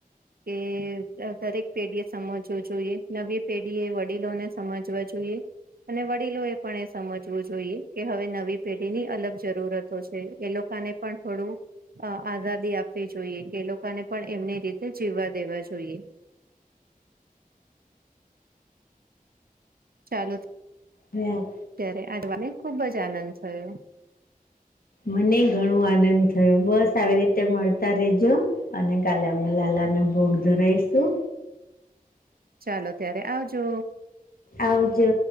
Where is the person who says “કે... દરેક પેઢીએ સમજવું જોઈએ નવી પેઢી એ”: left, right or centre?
Right